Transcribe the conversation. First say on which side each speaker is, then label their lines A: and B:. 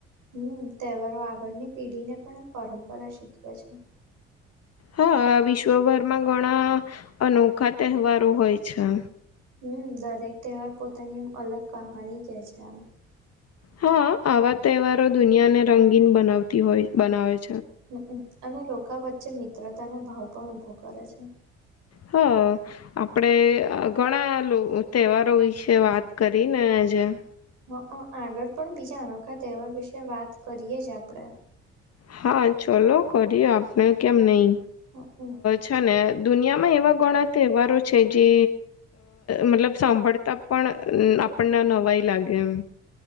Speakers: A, on the right; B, on the left.
A: હમ તહેવારો આગળની પેઢીને પણ પરંપરા શીખવે છે.
B: હા.. વિશ્વભરમાં ઘણા અનોખા તહેવારો હોય છે.
A: હ દરેક તહેવાર પોતાની એમ અલગ કહાની કહે છે એમ
B: હા આવા તહેવારો દુનિયાને રંગીન બનાવતી હોય બનાવે છે
A: હમમ અને લોકો વચ્ચે મિત્રતાનો ભાવ પણ ઉભો કરે છે.
B: હ આપણે ઘણાં તહેવારો વિશે વાત કરીને જ્યાં
A: હ આગળ પણ બીજા અનોખા તહેવાર વિશે વાત કરીએ જ આપણે
B: હા ચલો.. કરીએ આપણે કેમ નહી?
A: હક
B: છે ને દુનિયા એમાં એવા ઘણા તહેવારો છે જે મતલબ સાંભળતા પણ આપણને નવાઈ લાગે એમ